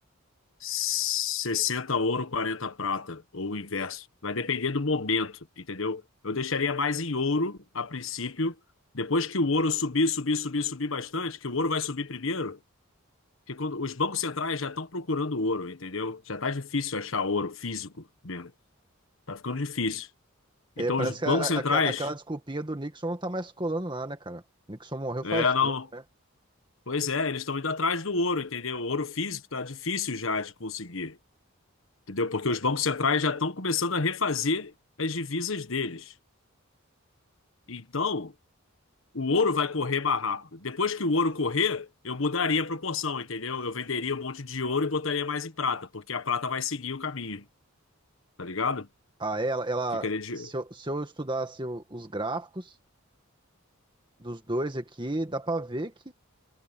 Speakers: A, on the left; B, on the right.
A: sessenta ouro, 40 prata, ou o inverso. Vai depender do momento, entendeu? Eu deixaria mais em ouro a princípio. Depois que o ouro subir, subir, subir, subir bastante, que o ouro vai subir primeiro, porque quando os bancos centrais já estão procurando ouro, entendeu? Já tá difícil achar ouro físico mesmo. Tá ficando difícil.
B: É,
A: Então
B: parece
A: os bancos
B: que a- a-
A: centrais,
B: aquela, aquela desculpinha do Nixon não tá mais colando lá, né, cara? Nixon morreu
A: é,
B: faz
A: não,
B: tempo, né?
A: pois é, eles estão indo atrás do ouro, entendeu? O ouro físico tá difícil já de conseguir. Entendeu? Porque os bancos centrais já estão começando a refazer as divisas deles. Então, o ouro vai correr mais rápido. Depois que o ouro correr, eu mudaria a proporção, entendeu? Eu venderia um monte de ouro e botaria mais em prata, porque a prata vai seguir o caminho, tá ligado?
B: Ah, ela, ela,
A: Ficaria de.
B: se eu, se eu estudasse o- os gráficos. dos dois aqui, dá pra ver que,